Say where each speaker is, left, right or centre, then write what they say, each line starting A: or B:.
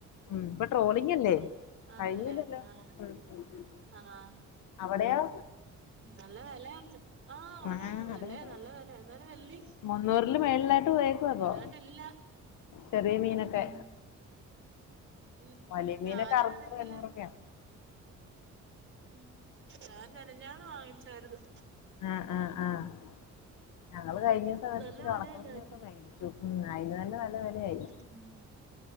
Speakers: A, on the left; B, on the right.
A: ഉം പ്പ ട്രോളിങല്ലേ
B: അതല്ലേ
A: കഴിഞ്ഞില്ലല്ലോ
B: ആഹ്
A: ഉം ഉം ഉം.
B: ആഹ്
A: അവടെയോ.
B: നല്ല വെലയുണ്ട് ആഹ് അവിടെ
A: ആ
B: വെലെ
A: അതെ അതെ
B: നല്ല വെലെ ന്നാലും വെള്ളി.
A: മുന്നൂറില് മേളിലായിട്ട് പോയേക്കുവാ ഇപ്പൊ
B: ഇതായിട്ടില്ല
A: ചെറിയ മീനൊക്കെ
B: ഉം. ഉം
A: വലിയ മീനൊക്കെ
B: ഞാനാണെങ്കില്.
A: അറുന്നൂറ് എണ്ണൂറൊക്കെയാ
B: ഉം ഞാൻ മെനെഞ്ഞാന്ന് വാങ്ങിച്ചായിര്ന്നു.
A: ആഹ് ആഹ് ആഹ് ഞങ്ങള് കഴിഞ്ഞു. വേട്ച്ച്ട്ട്
B: നല്ല വെലയല്ലായിരുന്നോ
A: ഉണക്കമീനൊക്കെ മേടിച്ചു ഉം അയിന് തന്നെ നല്ല വെലയായി.
B: ഉം